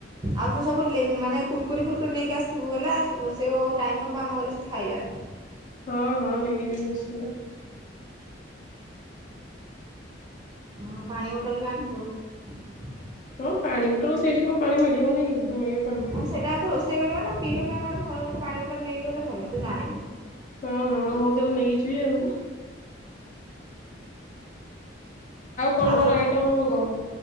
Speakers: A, on the right (about 20°); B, on the left (about 45°).
A: ଆଉ ତୁ ସବୁ ଲେନ୍ ମାନେ କୁର୍କୁରି ଫୁୁରୁକୁରି ନେଇକି ଆସିଥିବୁ ହେଲା ରୋଷେଇ ହଉ ହଉ ଟାଇମ ହବ ଆମେ ଗଲେ ସେଠି ଖାଇବା।
B: ହଁ ହଁ ନେଇକି ଯିବି ନିଶ୍ଚିନ୍ତ।
A: ହଁ ପାଣି ବୋଟଲ ବି ଆଣିଥିବୁ।
B: ହଁ ପାଣି ବୋଟଲ ସେଇଠିଁ କଣ ପାଣି ମିଳିବନି କି ମିଳିବ ପାଣି।
A: ନା ସେଇଟା ସେଠିଁ ରୋଷେଇ କରିବା ନାଁ ପିବା ପାଇଁ ଗୋଟେ ଭଲ ଗୋଟେ ପାଣି ବୋଟଲ ନେଇକି ଗଲେ ଭଲ ତୁ ଜାଣିନୁ।
B: ହଁ ହଁ ହଉ ତାହେଲେ ନେଇକି ଯିବି ଆଉ। କଣ
A: ଆଉ
B: କଣ
A: ସବୁ
B: ଆଇଟମ ହବ କହ